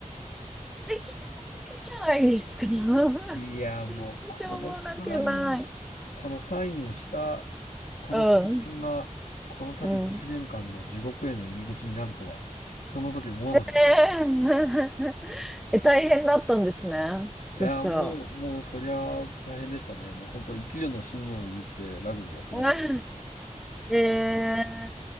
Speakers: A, in the centre; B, on the left.
A: 素敵な思い出じゃないですか。<laughs>
B: いや、
A: 全然しょうもなくない。
B: もうこのサイン、このサインをした、この瞬間が、
A: うん。
B: この先10年間の地獄への入り口になるとは、
A: うん。
B: その時思わなかった。
A: ええ <laughs> え、大変だったんですね。
B: いや、
A: そしたら。
B: もう、もう、そりゃ大変でしたね。もう本当、生きるの死ぬのを言ってラグビーやってましたね。
A: <laughs> ええ